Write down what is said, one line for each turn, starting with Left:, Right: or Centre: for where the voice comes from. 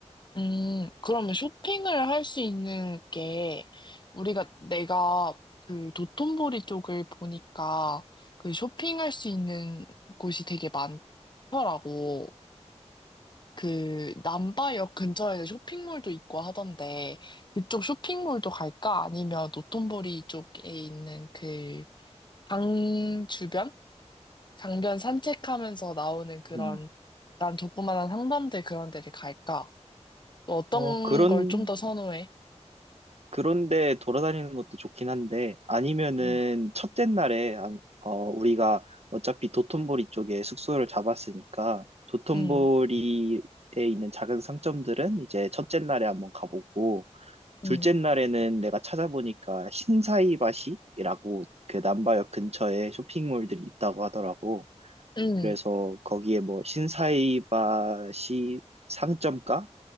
Left: 음. 그러면 쇼핑을 할 수 있는 게 우리가 내가 그 도톤보리 쪽을 보니까 그 쇼핑할 수 있는 곳이 되게 많더라고. 그 남바역 근처에 쇼핑몰도 있고 하던데 그쪽 쇼핑몰도 갈까? 아니면 노톤보리 쪽에 있는 그 강 주변? 강변 산책하면서 나오는 그런
Right: 음.
Left: 약간 조그만한 상점들 그런 데를 갈까? 또 어떤
Right: 어, 그런,
Left: 걸 좀 더 선호해?
Right: 그런데 돌아다니는 것도 좋긴 한데, 아니면은
Left: 응,
Right: 첫째 날에, 안- 어, 우리가 어차피 도톤보리 쪽에 숙소를 잡았으니까, 도톤보리에
Left: 응,
Right: 있는 작은 상점들은 이제 첫째 날에 한번 가보고, 둘째
Left: 응,
Right: 날에는 내가 찾아보니까 신사이바시라고 그 남바역 근처에 쇼핑몰들이 있다고 하더라고.
Left: 응.
Right: 그래서 거기에 뭐 신사이바시 상점가